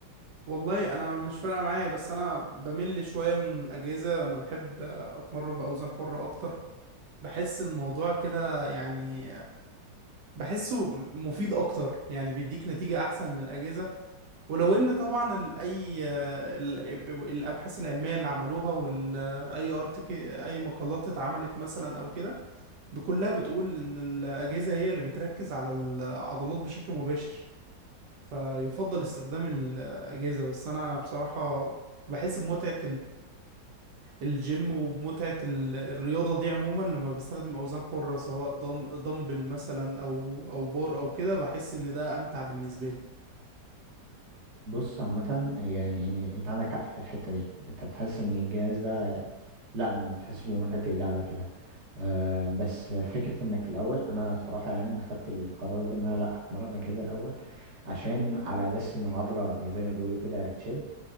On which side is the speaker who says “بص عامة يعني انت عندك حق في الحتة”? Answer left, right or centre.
Right